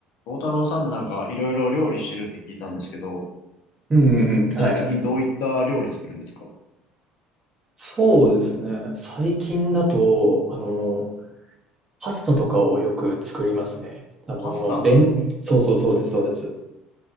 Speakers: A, on the left; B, on the right.
A: 大太郎さんでなんかいろいろ料理してるって聞いたんですけど、
B: うんうん、
A: 具体は的いにどういった料理作るんですか
B: はいはい。そうですね。最近だと、あの、パスタとかをよく作りますね。あの、
A: パスタ。
B: レン、そうそうそうです、そうです。